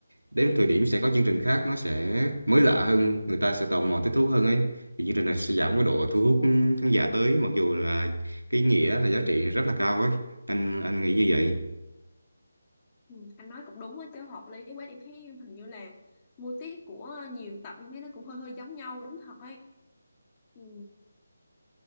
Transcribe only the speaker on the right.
đến thời điểm sẽ có chương trình khác nó sẽ mới lạ hơn người ta sẽ tò mò thích thú hơn ấy thì chương trình này sẽ giảm cái độ thu hút khán giả tới mặc dù là cái nghĩa là giá trị rất là cao ấy anh anh nghĩ như vậy